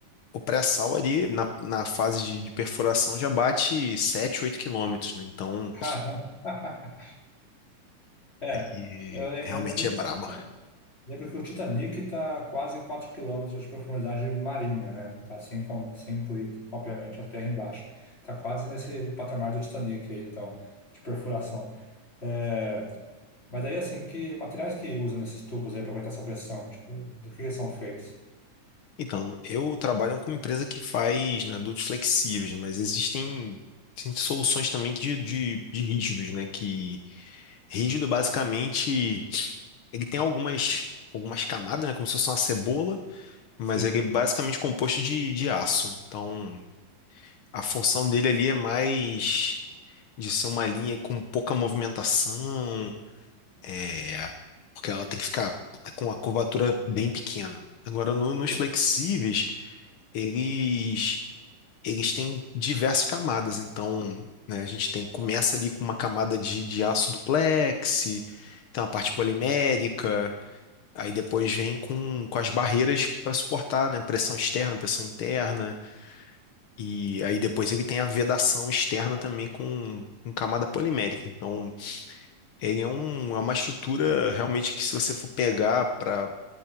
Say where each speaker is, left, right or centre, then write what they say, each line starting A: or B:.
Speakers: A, on the left (about 70°); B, on the left (about 20°).
A: o pré-sal ali, na, na fase de, de perfuração, já bate 7 8 quilômetros, né? Então,
B: Caramba. <laughs> É,
A: e
B: eu lem-
A: realmente
B: eu lembro,
A: é brabo.
B: que lembro que o Titanic está quase 4 quilômetros de profundidade marinha, né? Não Tá sem, con- sem incluir, obviamente, a terra embaixo. Está quase nesse patamar do Titanic aí, então, de perfuração. É, mas aí, assim, que materiais que usam nesses tubos aí para aguentar essa pressão? Tipo, do que eles são feitos?
A: Então, eu trabalho com uma empresa que faz, né, adultos flexíveis, mas existem, tem soluções também que de, de, de rígidos, né? Que rígido, basicamente, ele tem algumas, algumas camadas, né? Como se fosse uma cebola, mas
B: Se,
A: ele é basicamente composto de, de aço. Então, a função dele ali é mais de ser uma linha com pouca movimentação, é, porque ela tem que ficar com a curvatura bem pequena. Agora, no-
B: se-
A: nos flexíveis, eles eles têm diversas camadas. Então, né, a gente tem, começa ali com uma camada de, de aço duplex, então a parte polimérica, aí depois vem com, com as barreiras para suportar, né, pressão externa, pressão interna, e aí depois ele tem a vedação externa também com, com camada polimérica. Então, ele é, um, é uma estrutura realmente que se você for pegar para,